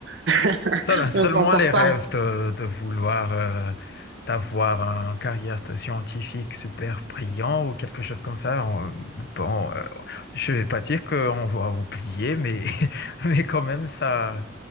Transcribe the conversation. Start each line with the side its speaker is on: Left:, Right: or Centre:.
Right: <laughs>
Left: Seul- seulement
Right: on s'en sort
Left: les
Right: pas.
Left: rêves de, de vouloir euh, d'avoir une carrière de scientifique super brillant ou quelque chose comme ça. on- bon, euh, je vais pas dire qu'on va oublier, mais, <laughs> mais quand même, ça,